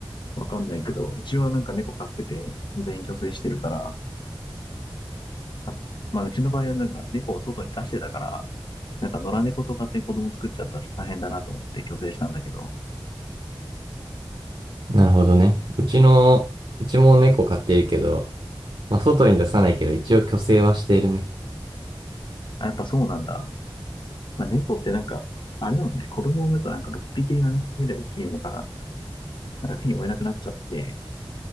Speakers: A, on the left; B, on the right.
A: わかんないけど、うちはなんか猫飼ってて全員去勢してるから、あまあうちの場合はなんか猫を外に出してたから、なんか野良猫とかって子供作っちゃったら大変だなと思って去勢したんだけど、
B: なるほどね。うちの、うちも猫飼ってるけど、まあ、外に出さないけど、一応去勢はしているね。
A: あ、やっぱそうなんだ。まあ、猫ってなんか、あれだもんね、子供を産むとなんか6匹、7匹ぐらい生きるのから、なんか手に負えなくなっちゃって、